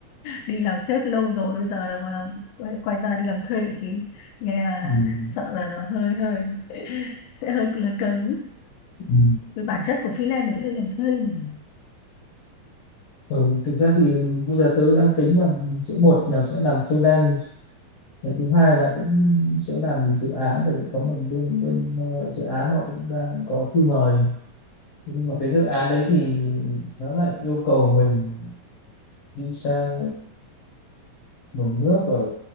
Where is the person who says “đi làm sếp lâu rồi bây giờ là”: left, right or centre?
Left